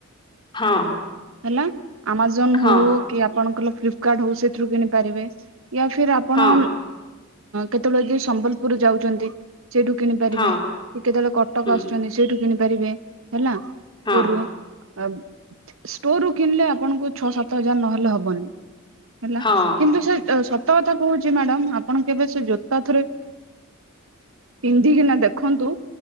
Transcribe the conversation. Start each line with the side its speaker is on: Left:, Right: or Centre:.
Left: ହଁ।
Right: ହେଲା ଆମାଜନ
Left: ହଁ
Right: ହଉ କି ଆପଣଙ୍କର ଫ୍ଲିପକାର୍ଟ ହଉ ସେଥିରୁ କିଣିପାରିବେ ୟା ଫିର୍ ଆପଣ
Left: ହଁ
Right: କେତେବେଳେ ଯଦି ସମ୍ବଲପୁର ଯାଉଚନ୍ତି। ସେଇଠୁ କିଣି ପାରିବେ
Left: ହଁ
Right: କେତେବେଳେ କଟକ
Left: ହୁଁ
Right: ଆସୁଛନ୍ତି ସେଇଠୁ କିଣି ପାରିବେ ହେଲା।
Left: ହଁ
Right: କରୁ ଆ ଷ୍ଟୋର ରୁ କିଣିଲେ ଆପଣଙ୍କୁ ଛଅ ସାତ ହଜାର ନହେଲେ ହବନି ହେଲା
Left: ହଁ
Right: କିନ୍ତୁ ସେ ସତ କଥା କହୁଛି ମ୍ୟାଡାମ ଆପଣ କେବେ ସେ ଜୋତା ଥରେ ପିନ୍ଧିକିନା ଦେଖନ୍ତୁ